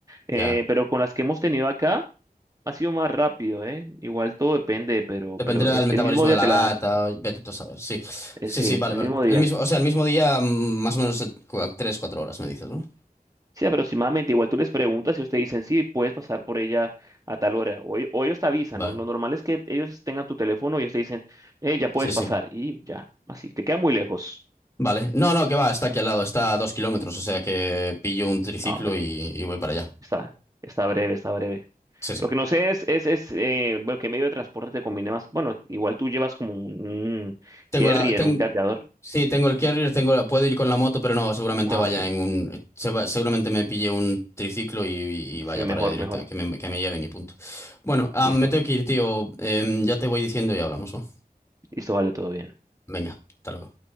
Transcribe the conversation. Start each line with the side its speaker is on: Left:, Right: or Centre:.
Left: Ya.
Right: Eh, pero con las que hemos tenido acá, ha sido más rápido, ¿eh? Igual todo depende, pero,
Left: Dependerá
Right: pero es
Left: del metabolismo
Right: el mismo día
Left: de
Right: te
Left: la
Right: la
Left: gata,
Right: dan.
Left: vete tú a saber. Sí,
Right: Eh,
Left: sí,
Right: sí,
Left: sí, vale,
Right: el
Left: vale.
Right: mismo día.
Left: El mismo, o sea, el mismo día, mm, más o menos eh, cua- tres, cuatro horas, me dices, ¿no?
Right: Sí, aproximadamente. Igual tú les preguntas y ustedes dicen, sí, puedes pasar por ella a tal hora. O, e- o ellos te avisan.
Left: Vale,
Right: Lo, lo normal es que ellos tengan tu teléfono y ellos te dicen, eh, ya puedes
Left: sí, sí.
Right: pasar. Y ya, así. Te queda muy lejos.
Left: Vale. No, no, que va, está aquí al lado, está a dos kilómetros, o sea que pillo un triciclo
Right: Ah, hombre,
Left: y, y voy para allá.
Right: está, está breve, está breve.
Left: Sí, sí.
Right: Lo que no sé es, es, es eh, bueno, qué medio de transporte te conviene más. Bueno, igual tú llevas como un, un
Left: Tengo
Right: carrier,
Left: la, ten-
Right: un cargador.
Left: Sí, tengo el carrier, tengo, puedo ir con la moto, pero no, seguramente
Right: Ah,
Left: vaya
Right: ok.
Left: en un, se va- seguramente me pille un triciclo y, y vaya
Right: Sí, mejor,
Left: para allá directamente,
Right: mejor.
Left: que me, que me lleven y punto. Bueno, ah,
Right: Listo.
Left: me tengo que ir, tío. Em, ya te voy diciendo y hablamos, ¿no?
Right: Listo, vale, todo bien.
Left: Venga, hasta luego.